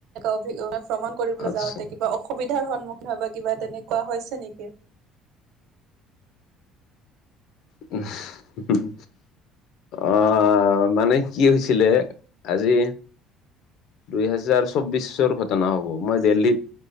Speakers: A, on the right; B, on the left.
A: অভি ভ্ৰমণ কৰিবলৈ
B: আচ্ছা
A: যাওঁতে অসুবিধাৰ সন্মুখীন হয় বা কিবা তেনেকুৱা হৈছে নেকি।
B: হু হু অ অ মানে কি হৈছিলে, আজি দুইহেজাৰ চৌবিশ চৰ ঘটনা হব। মই দিল্লীত